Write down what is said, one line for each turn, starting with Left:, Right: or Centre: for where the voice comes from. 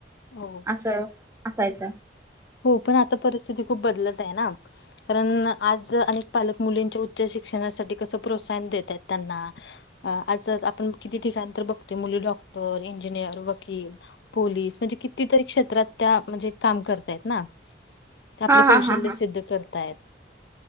Left: हो
Right: असं असायचं.
Left: हो पण आता परिस्थिती खूप बदलत आहे ना. कारण आज अनेक पालक मुलींच्या उच्च शिक्षणासाठी कसं प्रोत्साहन देत आहेत त्यांना अ आज आपण किती? ठिकाण तर बघतो मुली डॉक्टर, इंजिनियर, वकील. पोलीस म्हणजे कितीतरी? क्षेत्रात त्या म्हणजे काम करतायेत ना. ते आपले
Right: हा हा
Left: कौशल्य
Right: हा हा.
Left: सिद्ध करताय.